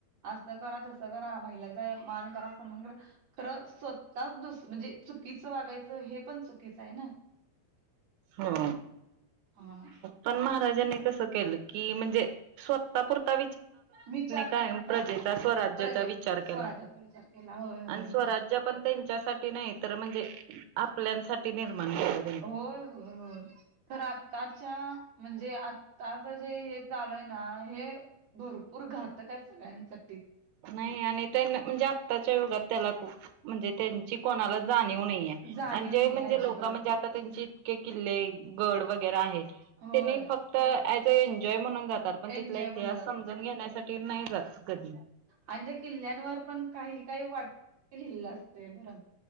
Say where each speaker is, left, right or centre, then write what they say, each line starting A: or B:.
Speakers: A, on the right (about 45°); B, on the right (about 85°).
A: असं करा तसं करा महिलांचा मान करा अस मण करा खरं स्वतःच दुस म्हणजे चुकीचं वागायचं हे पण चुकीचं आहे ना.
B: हा.
A: ह.
B: पण महाराजांनी कस केलं की म्हणजे स्वतः पुरता
A: विचार
B: कायम
A: न करता
B: प्रजेचा स्वराज्याचा
A: प्रजे
B: विचार
A: स्वराज्याचा
B: केला
A: विचार केला होय होय
B: आणि स्वराज्य पण त्यांच्यासाठी नाही तर म्हणजे आपल्यासाठी निर्माण केला
A: होय-होय, तर आत्ताच्या म्हणजे आताच जे हे चालूय ना, हे भरपूर घातक आहे सगळ्यांसाठी.
B: नाही आणि त्यां म्हणजे आत्ताच्या युगात त्याला खूप म्हणजे त्यांची कोणाला जाणीव नाहीय,
A: जाणीव
B: आणि जे
A: नाही
B: म्हणजे
A: अजिबात
B: लोक म्हणजे आता त्यांचे इतके किल्ले, गड वगैरे आहेत,
A: होय
B: त्यांनी फक्त. तर ज अ एनजीओय म्हणून जातात पण तिथला
A: एन्जॉय
B: इतिहास
A: म्हण जातात
B: समजून घेण्यासाठी नाही जात. कधी.
A: आणि त्या किल्ल्यांवर पण काही काही वाट किल्लं असतय बरं